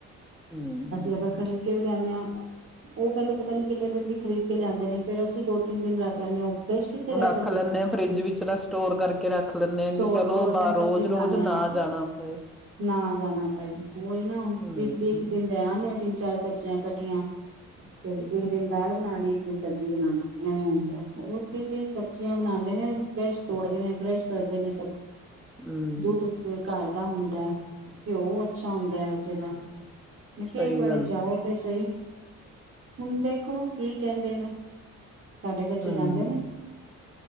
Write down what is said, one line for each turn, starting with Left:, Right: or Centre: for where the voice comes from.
Centre: ਹਮ
Right: ਅਸੀਂ ਅਗਰ ਖ਼ਰੀਦ ਕੇ ਵੀ ਲਿਆਨੇ ਆ ਉਹ ਪਹਿਲੇ ਪਤਾ ਨੀ ਕਿੰਨੇ ਦਿਨ ਦੀ ਖਰੀਦ <unintelligible> ਲਿਆਦੇ ਨੇ ਫ਼ਿਰ ਅਸੀਂ ਦੋ ਤਿੰਨ ਦਿਨ ਰੱਖ ਲੈਂਨੇ ਆ ਫਰੈਸ਼ ਕਿੱਥੇ ਰਹਿ
Centre: ਰੱਖ
Right: ਜਾਂਦੀ
Centre: ਲੈਂਦੇ
Right: ਏ ਫੇਰ,
Centre: ਆ ਫਰਿੱਜ ਵਿੱਚ ਸਟੋਰ ਕਰਕੇ ਰੱਖ ਲੈਂਦੇ ਆ
Right: ਹੋਰ
Centre: ਕਿ ਚਲੋ
Right: ਫਰੋਜਨ
Centre: ਬਾਹਰ ਰੋਜ਼
Right: ਸਬਜੀ ਬਨਾਨੇ
Centre: ਰੋਜ਼ ਨਾ
Right: ਆ,
Centre: ਜਾਣਾ ਪਏ
Right: ਨਾ ਜਾਣਾ ਪਏ, ਉਹੀ ਨਾ ਹੁਨ
Centre: ਹਮ
Right: ਵੀਕਲੀ ਇੱਕ ਦਿਨ ਲੈ ਅ ਤਿੰਨ ਚਾਰ ਸਬਜ਼ੀਆਂ ਇਕੱਠੀਆਂ ਤੇ ਇੱਕ ਦਿਨ ਦਾਲ ਬਣਾ ਲਈ ਕਈ ਸਬਜ਼ੀ ਬਣਾ, ਐਵੇਂ ਹੁੰਦਾ ਉਥੇ ਤੇ ਸਬਜ਼ੀਆਂ ਬਣਾਦੇ ਨੇ ਫਰੈਸ਼ ਤੋੜਦੇ ਨੇ ਫਰੈਸ਼ ਕਰਦੇ ਨੇ ਸ
Centre: ਹਮ
Right: ਦੂਧ ਤੇ ਘਰ ਦਾ ਹੁੰਦਾ ਘਿਓ ਅੱਛਾ ਹੁੰਦਾ ਐ ਉਥੇ ਦਾ ਮੈ
Centre: ਸਹੀ
Right: ਕਿਹਾ, ਇੱਕ ਵਾਰੀ
Centre: ਗੱਲ
Right: ਜਾਓ ਤੇ ਸਹੀ ਹੁਨ ਦੇਖੋ ਕੀ ਕਹਿੰਦੇ ਨੇ ਸਾਡੇ ਬੱਚੇ
Centre: ਹਮ
Right: ਜਾਂਦੇ ਨੇ